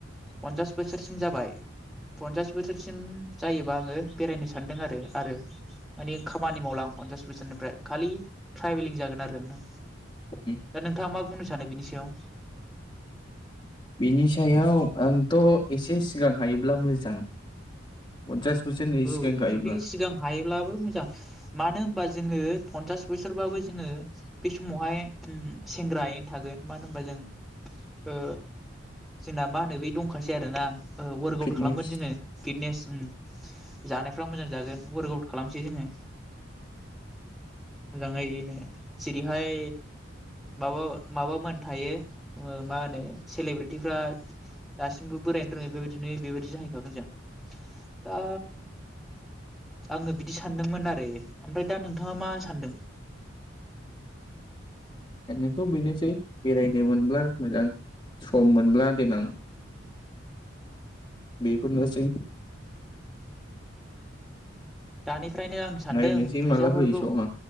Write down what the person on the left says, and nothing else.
उम
बिनि सायाव आंथ एसे सिगां हायोब्ला मोजां पन्सास बोसोरनि
सिगां हायोब्ला
फिटनेस
ओरैनोथ' बेनोसै बेरायनो मोनब्ला मोजां सम मोनब्ला देनां बेफोरनोसै
नायनोसै
माला होयो समा